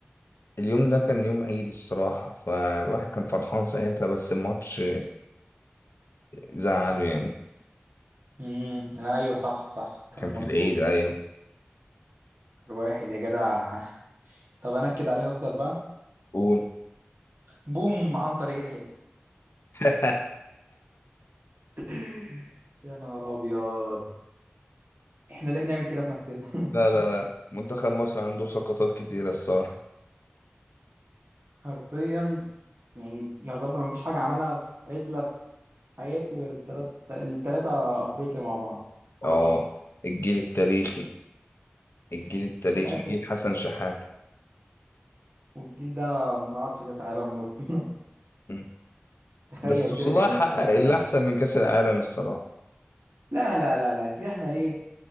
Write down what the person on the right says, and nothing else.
امم انا ايوه صح صح كلام
مظبوط
الواحد يا جدع <laughs> طب انكد عليك اكتر بقى
بوم عنتر يحيى
<laughs> يا نهار ابيض احنا ليه بنعمل كده في نفسنا
<laughs>
حرفيا يعني يعتبر مفيش حاجه عملها في عدله في حياته غير التلات التلاته افريقيا مع بعض ورا
بعض
وفي الاخر
والجيل ده ما صعدش كاس عالم برضه <laughs>
تخيل
كده
كان يصعد
كاس
عالم
لا لا لا لا كده احنا ايه